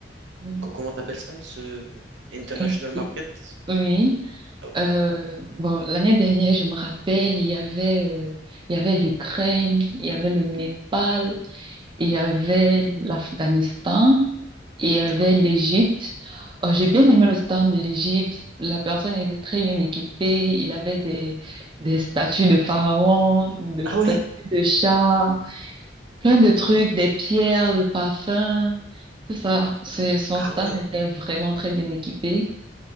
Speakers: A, on the right; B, on the right.
A: Mm.
B: co- Comment t'appelles ça? Ce international
A: Et- et-
B: market?
A: oui.
B: Ah, Ok,
A: Euh, bon, l'année dernière, je me rappelle, il y avait, euh, il y avait l'Ukraine, il y avait le Népal. il y avait l'Afghanistan, il y avait
B: d'accord.
A: l'Égypte. Oh, j'ai bien aimé le stand de l'Égypte. La personne était très bien équipée. Il avait des, des statues de pharaons, de
B: Ah
A: statues
B: oui,
A: de chats, plein de trucs, des pierres, de parfums. Tout ça. C'est, son
B: ah
A: stand
B: ouais.
A: était vraiment très bien équipé.